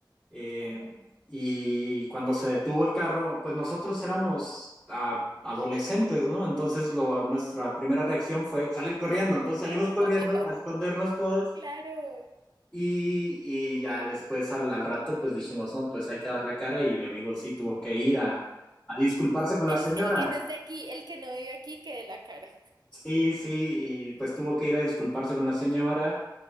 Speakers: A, on the left; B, on the right.
A: eh,
B: claro.
A: y cuando se detuvo el carro, pues nosotros éramos a, adolescentes, ¿no? Entonces lo, nuestra primera reacción fue salir corriendo, entonces salimos
B: Ando-
A: corriendo
B: <laughs>
A: a escondernos todos
B: Claro.
A: y, y ya después al, al, rato pues dijimos, no, pues hay que dar la cara y mi amigo sí tuvo que ir a, a disculparse con la
B: El,
A: señora,
B: el que no es de aquí, el que no vive aquí, que de la cara.
A: sí, sí, y pues tuvo que ir a disculparse con la señora